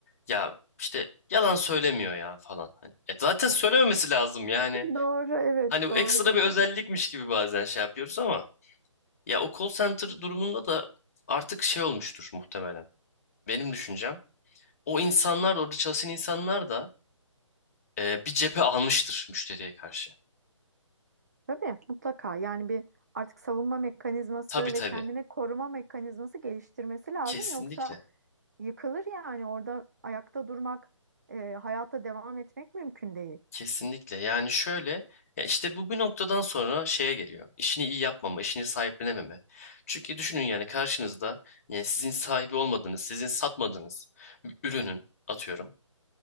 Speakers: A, on the left; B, on the right.
A: ya işte yalan söylemiyor ya falan. Hani, e zaten söylememesi lazım yani.
B: Doğru, evet
A: Hani bu
B: doğru
A: ekstra
B: yani.
A: bir özellikmiş gibi bazen şey yapıyoruz ama. Ya o call center durumunda da artık şey olmuştur muhtemelen. Benim düşüncem. O insanlar da orada çalışan insanlar da e, bir cephe almıştır müşteriye karşı.
B: Tabii mutlaka yani bir artık savunma mekanizması
A: Tabii tabii.
B: ve kendini koruma mekanizması geliştirmesi lazım.
A: Kesinlikle.
B: Yoksa yıkılır yani orada ayakta durmak, e, hayata devam etmek mümkün değil.
A: Kesinlikle. Yani şöyle ya işte bu bir noktadan sonra şeye geliyor. İşini iyi yapmama, işini sahiplenememe. Çünkü düşünün yani karşınızda yani sizin sahibi olmadığınız, sizin satmadığınız bir ürünün atıyorum